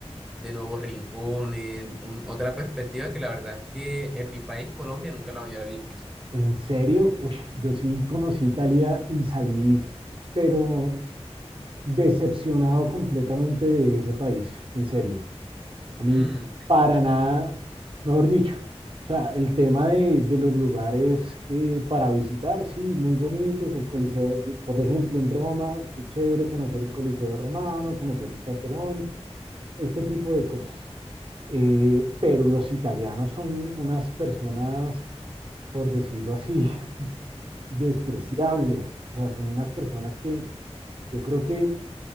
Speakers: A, in the centre; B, on the right.
A: de nuevos rincones, un- otra perspectiva que la verdad es que en mi país, Colombia, nunca la había visto.
B: En serio, uy, yo sí conocí Italia y salí, pero decepcionado completamente de ese país, en serio. A mí,
A: Mm,
B: para nada, mejor dicho, o sea, el tema de, de los lugares eh, para visitar, sí, muy bonitos, el Coliseo, por ejemplo, en Roma, qué chévere conocer el Coliseo romano, conocer el Panteón, este tipo de cosas. Eh, pero los italianos son unas personas, por decirlo así, <laughs> despreciables, o sea, son unas personas que yo creo que